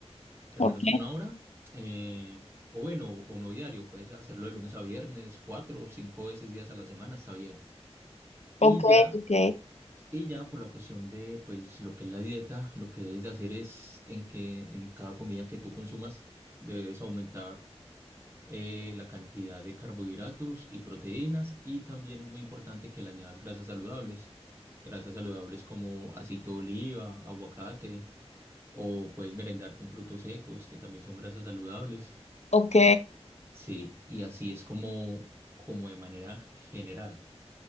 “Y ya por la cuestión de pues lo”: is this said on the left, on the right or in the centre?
Right